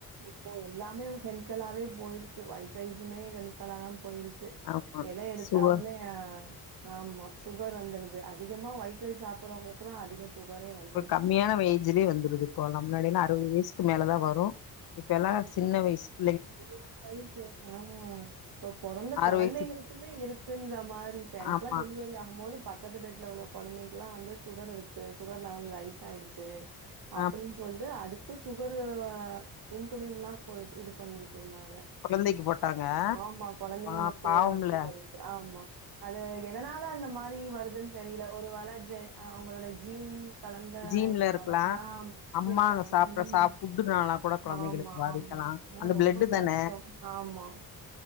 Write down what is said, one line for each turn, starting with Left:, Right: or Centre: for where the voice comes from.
Right: இப்போ எல்லாமே கெமிக்கலாவே போயிடுச்சு ஒயிட் ரைஸுமே கெமிக்கலாதா போயிடுச்சு
Left: ஆமா
Right: எத எடுத்து
Left: சுகர்
Right: பாலுமே ஆமா சுகர் வந்துருது அதிகமா ஒயிட் ரைஸ் சாப்படுறவங்களுக்கு தா அதிக சுகரே வந்து
Left: ஒரு கம்மியான ஏஜ்லயே வந்துது இப்ப லா முன்னாடியிலா
Right: ஆமா
Left: அறுபது வயசுக்கு மேலே தா வரு ப்ரோ இப்ப எல்லா சின்ன வயசு ப்ரோ
Right: <unintelligible> க ஆஹ் இப்ப பிறந்த
Left: ஆறு
Right: குழந்தைங்களுக்குமே
Left: வயசு
Right: இருக்குன்ற மாரி இப்ப எனக்கெல்லா
Left: ஆமா
Right: டெலிவரி ஆகு போது பக்கத்து பெட்டல உள்ள குழந்தைங்கெல்லா வந்து சுகர் இருக்கு சுகர் லெவல் ரைஸ் ஆயிருச்சு அப்டின்னு
Left: ஆ
Right: சொல்லிட்டு அதுக்கு சுகர் இன்சுலின் லா போ இது பண்ணிட்டு இருந்தாங்க
Left: கொழந்தைக்கு போட்டாங்க
Right: ஆமா குழந்தைங்களுக்கு
Left: பா பாவம்ல
Right: சுகர் இருக்கு ஆமா அது எதனால அந்த மாரி வருதுன்னு தெரியல ஒரு வேல ஜ் அவங்களோட ஜீன் கலந்த
Left: ஜீன்ல
Right: இதனால
Left: இருக்கலா
Right: ஆஹ்
Left: அம்மாங்க
Right: இருக்கலா
Left: சாப்ட்ற
Right: ம்
Left: சா ஃபுட்டுனால கூட கொழந்தைங்களுக்கு
Right: ஆமா
Left: பாதிக்கலா
Right: ஆமா அதா
Left: அந்த
Right: ரொம்ப
Left: பிளட்டு
Right: கஷ்ட
Left: தான
Right: ஆமா